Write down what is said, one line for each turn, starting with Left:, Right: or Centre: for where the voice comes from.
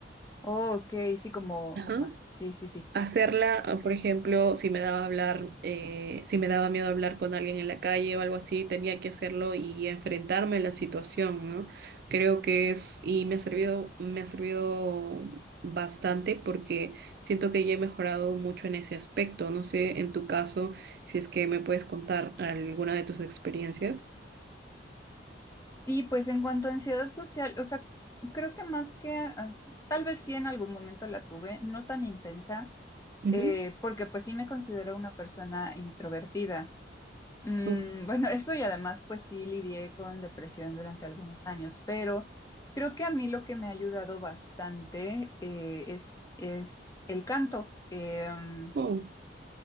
Left: Oh, ok, sí, como,
Right: Ajá
Left: ajá, sí, sí, sí.
Right: hacerla, o, por ejemplo, si me daba hablar, eh, si me daba miedo hablar con alguien en la calle o algo así, tenía que hacerlo y enfrentarme a la situación, ¿no? Creo que es, y me ha servido, me ha servido bastante porque siento que ya he mejorado mucho en ese aspecto. No sé, en tu caso, si es que me puedes contar alguna de tus experiencias.
Left: Sí, pues en cuanto a ansiedad social, o sea, creo que más que, ans- tal vez sí en algún momento la tuve, no tan intensa,
Right: Ujú.
Left: eh, porque pues sí me considero una persona introvertida. Mm,
Right: Oh,
Left: bueno, <laughs> eso y además pues sí lidié con depresión durante algunos años, pero creo que a mí lo que me ha ayudado bastante eh, es, es el canto. Em,
Right: oh,